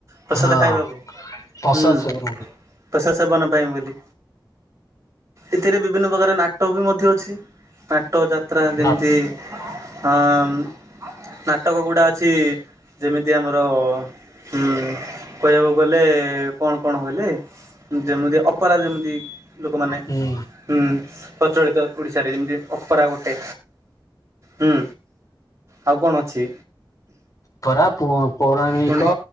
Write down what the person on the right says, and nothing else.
ପ୍ରସାଦ
ଖାଇବାକୁ,
ହୁଁ।
ପ୍ରସାଦ ସେବନ ପାଇଁ ବୋଲି, ଏଥିରେ ବିଭିନ୍ନ ପ୍ରକାର ନାଟକ ବି ମଧ୍ୟ ଅଛି। ନାଟୋ ଯାତ୍ରା ଯେମିତି,
ଅ ନାଟକ ଗୁଡା ଅଛି ଯେମିତି ଆମର ହୁଁ, କହିବାକୁ ଗଲେ କଣ କଣ ବୋଇଲେ ଯେମିତି ଅପେରା ଯେମିତି, ଲୋକମାନେ
ହୁଁ, ପ୍ରଚଳିତ ଓଡିଶାରେ ଯେମିତି, ଅପରା ଗୋଟେ ହୁଁ, ଆଉ କଣ ଅଛି?
ପୁଣି